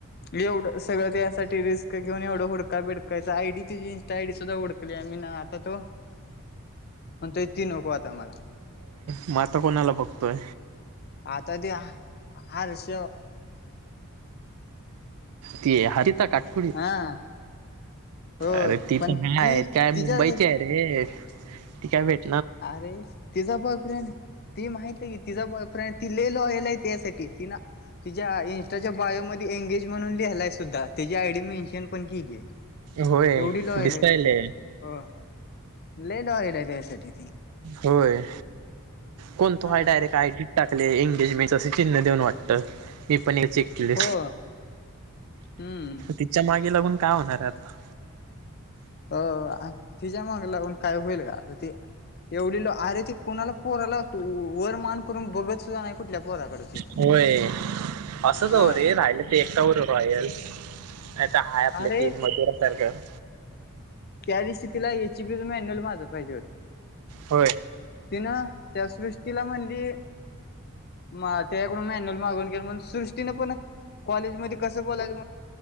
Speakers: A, on the left; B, on the right.
A: एवढं सगळं त्याच्यासाठी रिस्क घेऊन एवढं हुडकाय बिडकायच आयडी तिची इंस्टा आयडी सुद्धा हुडकली आ म्ही आता तो पण तो ती नको आता मला
B: म आता कोणाला बघतोय?
A: आता ते हा हार्षा
B: ती हरिता काटकुली
A: हा हो
B: अरे ती पण हा हाय
A: ती
B: काय
A: तिच्या
B: मुंबईची आहे रे ती काय भेट
A: आरे तिचा बॉय फ्रेंड ती माहितय की तिचा बॉयफ्रेंड ती लय लॉयल हाय तेच्या साठी तिनं तिच्या इन्स्टाच्या बायोमध्ये एंगेज म्हणून लिहिलाय सुद्धा त्याची आयडी मेन्शन पण केलीय.
B: होय
A: एवढी लॉयल
B: दिसायले
A: हाय तेच्या साठी. हो, लय लॉयल ते च्या साठी
B: होय कोण
A: हा
B: तो हाय डायरेक्ट आयडी टाकले एंगेज मीच अस चिन्ह देऊन वाटतं मी पण ए चेक केले.
A: हो हम्म
B: तिच्या मागे लागून काय होणार हाय आता
A: हो आ तिज्या मागं लागून काय होईल का? आता ती एवढी लोय अरे ती कुणाला पोराला तू वर मान करून बघत सुद्धा नाही कुठल्या पोराकडं ती
B: होय असंच हवं
A: हा
B: रे राहिलं ते एकटा बरोब्र लॉयल नाही तर हाय आपलं
A: अरे
B: ते मधुरा सारखं
A: त्या दिवशी तिला ए ची पी च मॅन्युअल माझ पाहिजे होत.
B: होय
A: तिनं त्या सृ ष्टीला म्हणली म त्याकडून मॅन्युअल मागून घे मम्हणून सृष्टीनं पण कॉलेज मध्ये कसं बोलायच.